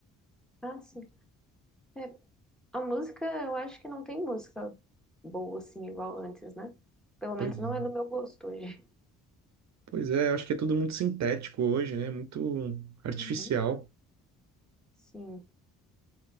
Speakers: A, in the centre; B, on the right (about 60°).
A: Ah, sim. É, a música, eu acho que não tem música boa, assim, igual antes, né? Pelo menos
B: Pois
A: não
B: é.
A: é do meu gosto hoje.
B: Pois é, acho que é tudo muito sintético hoje, né? Muito artificial.
A: Uhum. Sim.